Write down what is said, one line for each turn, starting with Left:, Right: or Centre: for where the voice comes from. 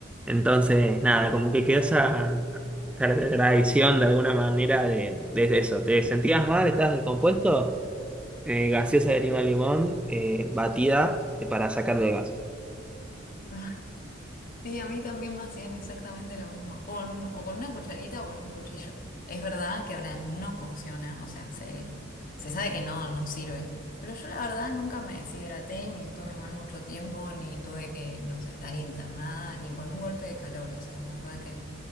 Centre: Entonces, nada, como que quedó esa, esa tradición de alguna manera de, de eso. ¿Te sentías mal? ¿Estabas descompuesto? Eh, gaseosa de lima limón, eh, batida eh, para sacarle el gas.
Left: <laughs> Sí, a mí también me hacían exactamente lo mismo, con, o con una cucharita o con un cuchillo. Es verdad que ahora no funciona, o sea, se, se sabe que no, no sirve. Pero yo la verdad nunca me deshidraté, ni estuve mal mucho tiempo, ni tuve que, no sé, estar internada, ni con un golpe de calor. O sea, la verdad que